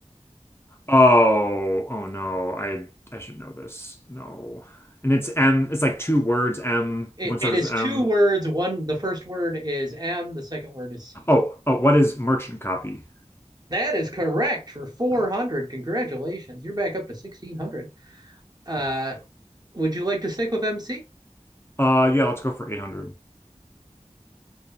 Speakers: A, on the left; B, on the right.
A: Oh, oh no. I I should know this. No. And it's M, it's like two words, M,
B: It,
A: one
B: it
A: starts
B: is
A: with
B: two
A: M.
B: words. One, the first word is M. The second word is C.
A: Oh, oh, what is merchant copy?
B: That is correct for 400.
A: Right.
B: Congratulations. You're back up to 1600. Uh,
A: Oof.
B: Would you like to stick with MC?
A: Uh yeah, let's go for 800.